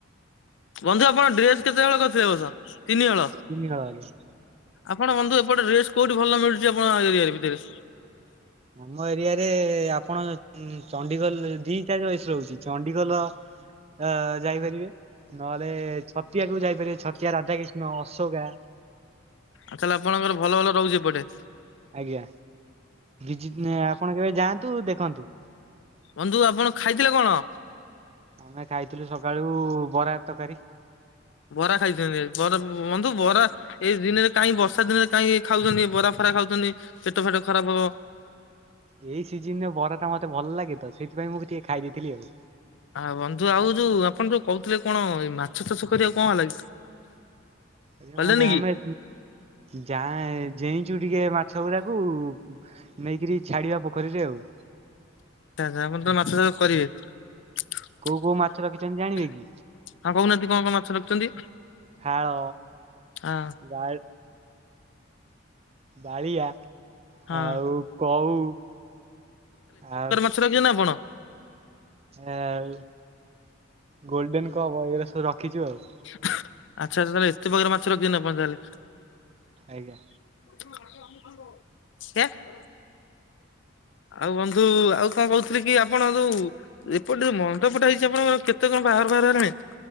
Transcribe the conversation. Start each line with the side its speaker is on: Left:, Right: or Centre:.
Left: ବନ୍ଧୁ ଆପଣ ଡ୍ରେସ କେତେ ହଳ କରିଥିଲେ ଏ ବର୍ଷ? ତିନି ହଳ
Right: ତିନି ହଳ ଆଜ୍ଞା।
Left: ଆପଣ ବନ୍ଧୁ ଏପଟେ ରେ ଡ୍ରେସ୍ କୋଉଠି ଭଲ ମିଳୁଛି ଆପଣ ଏରିଆ ଭିତରେ?
Right: ଆମ ଏରିଆରେ ଆପଣ ଚଣ୍ଡିଖୋଲ ଧି କା ବେଏସ୍‌ ରହୁଚି ଚଣ୍ଡିଖୋଲ ଆ ଯାଇପାରିବେ ନହେଲେ ଛତିଆକୁ ଯାଇପାରିବେ ଛତିଆ ରାଧାକିଷ୍ଣ ନ ଅଶୋକା
Left: ଆ ତାହେଲେ ଆପଣଙ୍କର ଭଲ ଭଲ ରହୁଛି ଏପଟେ?
Right: ଆଜ୍ଞା ବି ଯିବି ଆପଣ କେବେ ଯାଆନ୍ତୁ ଦେଖନ୍ତୁ।
Left: ବନ୍ଧୁ ଆପଣ ଖାଇଥିଲେ କଣ?
Right: ଆମେ ଖାଇଥିଲୁ ସକାଳୁ ବରା ତରକାରୀ।
Left: ବରା ଖାଇଛନ୍ତି ବରା ବନ୍ଧୁ ବରା ଏଇ ଦିନରେ କାହିଁ ବର୍ଷା ଦିନରେ କାହିଁ ଖାଉଛନ୍ତି ବରା ଫରା ଖାଉଛନ୍ତି ପେଟ ଫେଟ ଖରାପ୍ ହବ।
Right: ଏଇ ସିଜିନ ରେ ବରା ଟା ମତେ ଭଲ ଲାଗେ ତ ସେଇଥିପାଇଁ ମୁଁ ଟିକେ ଖାଇ ଦେଇଥିଲି ଆଉ।
Left: ଆଉ ବନ୍ଧୁ ଆଉ ଯୋଉ ଆପଣ ଯୋଉ କହୁଥିଲେ କଣ ଏଇ ମାଛ ଚାଷ କରିବାକୁ କଣ ହେଲା କି?
Right: ଆଜ୍ଞା
Left: କଲେନି
Right: କନ୍ତୁ ଆମେ
Left: କି?
Right: ଯା ଯେଇଁଛୁ ଟିକେ ମାଛ ଗୁଡାକୁ ନେଇକିରି ଛାଡ଼ିବା ପୋଖରୀରେ ଆଉ।
Left: ଆଛା ଆପଣ ତ ମାଛ ଚାଷ କରିବେ। ହଁ
Right: କୋଉ କୋଉ ମାଛ ରଖିଛନ୍ତି ଜାଣିବେ କି
Left: କହୁନାହାନ୍ତି କଣ କଣ ମାଛ ରଖିଛନ୍ତି?
Right: ଫଳ,
Left: ହଁ
Right: ବା ବାଳିଆ
Left: ହଁ
Right: ଆଉ କଉ ଆଉ
Left: ରଖିଛନ୍ତିନା ଆପଣ?
Right: ଆଉ ଗୋଲଡେନ କପ ଏଇଗୁଡା ସବୁ ରଖିଛୁ ଆଉ।
Left: ଆଚ୍ଛା ଆଛା ତାହେଲେ ଏତେ ପ୍ରକାରେ ମାଛ ରଖିଛନ୍ତି ଆପଣ ତାହାଲେ।
Right: ଆଜ୍ଞା।
Left: <unintelligible> ଆଉ ବନ୍ଧୁ ଆଉ କଣ କହୁଥିଲି କି ଆପଣ ଯୋଉ ଏପଟେ ଯୋଉ ମଣ୍ଡପଟା ହେଇଛି ଆପଣଙ୍କ କେତେ କଣ ବାହାର ବାହାଘର ହେଲାଣି?